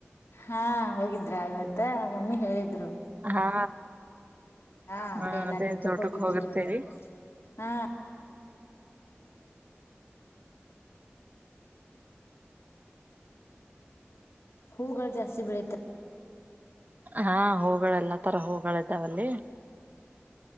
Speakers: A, on the left (about 85°); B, on the right (about 40°).
A: ಹಾ ಹೋಗಿದ್ರ ಇವತ್ತ ಮಮ್ಮಿ ಹೇಳಿದ್ರು
B: ಹಾ
A: ಹಾ
B: ಹ
A: ಅಡಿ ಎಲ್ಲ
B: ಅದೇ
A: ತೋಟಕ್ಕೆ
B: ತೋಟಕ್
A: ಹೋಗಿದ್ರು
B: ಹೋಗಿರ್ತೇವಿ
A: ಎಂತ ಹಾ ಹೂಗಳು ಜಾಸ್ತಿ ಬೆಳತ
B: ಹಾ ಹೂಗಳೆಲ್ಲಾ ತರ ಹೂಗಳ ಇದ್ದಾವಲ್ಲಿ